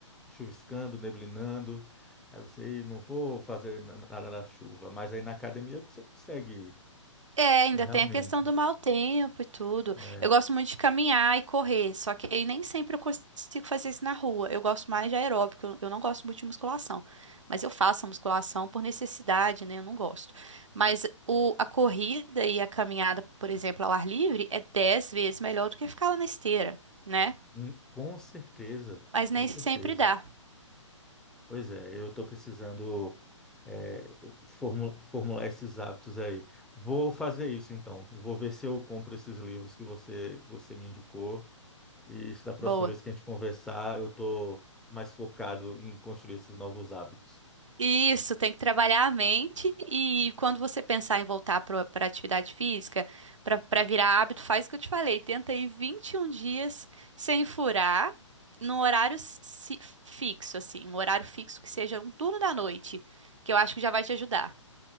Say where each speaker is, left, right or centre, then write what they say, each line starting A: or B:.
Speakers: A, in the centre; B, on the right.
A: chuviscando, neblinando. Aí você, "Ih, não vou fazer na- nada na chuva. Mas aí na academia você consegue ir.
B: É, ainda
A: Então, realmente,
B: tem a questão do mau tempo e tudo.
A: é,
B: Eu gosto muito de caminhar e correr, só que aí nem sempre eu consigo fazer isso na rua. Eu gosto mais de aeróbico, eu eu não gosto muito de musculação. Mas eu faço a musculação por necessidade, né? Eu não gosto. Mas o, a corrida e a caminhada, por exemplo, ao ar livre, é 10 vezes melhor do que ficar lá na esteira, né?
A: hum, com certeza,
B: Mas nem
A: com certeza.
B: sempre dá.
A: Pois é, eu estou precisando é, formu- formular esses hábitos aí. Vou fazer isso então. Vou ver se eu compro esses livros que você, você me indicou. E se da próxima
B: Boa.
A: vez que a gente conversar, eu estou mais focado em construir esses novos hábitos.
B: Isso, tem que trabalhar a mente e quando você pensar em voltar para a atividade física, para virar hábito, faz o que eu te falei, tenta ir 21 dias sem furar, num horário si- fixo, assim, um horário fixo que seja um turno da noite, que eu acho que já vai te ajudar.